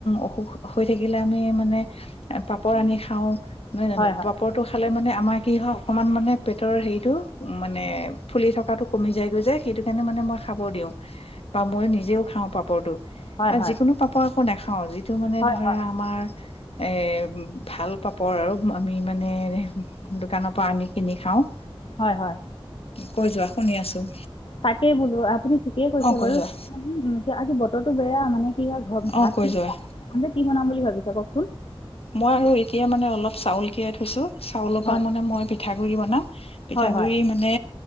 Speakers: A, on the left; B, on the left.
A: অসুখ হৈ থাকিলে আমি মানে পাপৰ আনি খাও নহয় জানো
B: হয় হয়
A: পাপৰটো খালে মানে আমাক কি হয় অকণমান মানে পেটৰ হেৰিটো মানে ফুলি থকাটো কমি যায় গৈ যে সেইটো নে মানে মই খাবৰ দিও বা মই নিজেও খাওঁ পাপৰটো
B: হয়
A: আৰু
B: হয়
A: যিকোনো পাপৰ আকৌ নাখাওঁ অ যি এইটো মানে
B: হয়
A: ধৰা আমাৰ এ ভাল পাপৰ আৰু আমি মানে দোকানৰ পৰা আনি কিনি খাও
B: হয় হয়
A: কৈ যোৱা শুনি আছোঁ
B: তাকেই বোলো আপুনি ঠিকেই কৈছে
A: কৈ
B: বাৰু
A: যোৱা
B: আজি বতৰটো বেয়া মানে ভাত
A: অ কৈ যোৱা
B: কি বনাম বুলি ভাবিছে ক ওক
A: মই আৰু এতিয়া মানে অলপ চাউল তিয়াই থৈছোঁ চাউলৰ
B: হয়
A: পৰা মানে মই পিঠা পিঠাগুড়ি বনাম পিঠাগুৰি
B: হয় হয়
A: মানে